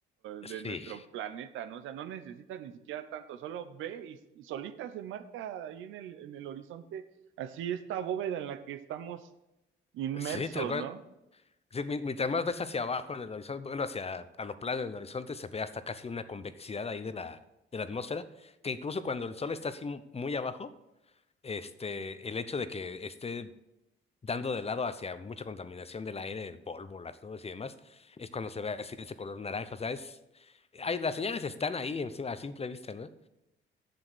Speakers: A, on the left; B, on the right.
A: Sí,
B: de nuestro planeta, ¿no? O sea, no necesitas ni siquiera tanto, solo ve y, y solita se marca ahí en el, en el horizonte, así esta bóveda en la que estamos inmersos,
A: sí, tal cual.
B: ¿no?
A: Sí, mi- mientras más ves hacia abajo en el horizonte, bueno, hacia a lo plano en el horizonte, se ve hasta casi una convexidad ahí de la, de la atmósfera, que incluso cuando el sol está así mu- muy abajo, este, el hecho de que esté dando de lado hacia mucha contaminación del aire, el polvo, las nubes y demás, es cuando se ve así de ese color naranja. O sea, es, hay, las señales están ahí encima, a simple vista, ¿no?